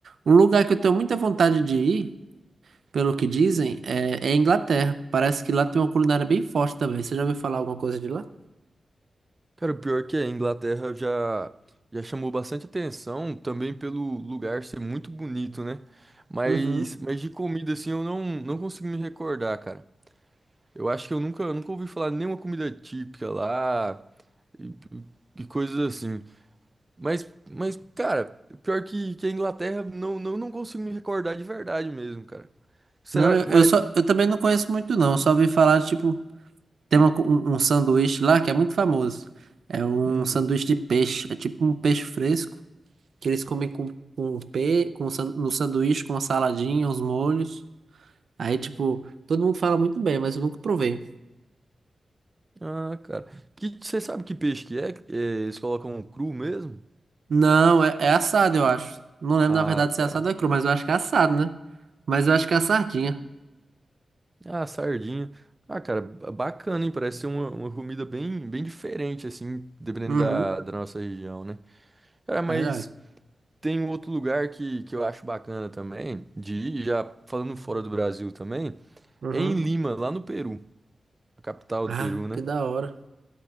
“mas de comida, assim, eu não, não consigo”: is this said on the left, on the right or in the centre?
Right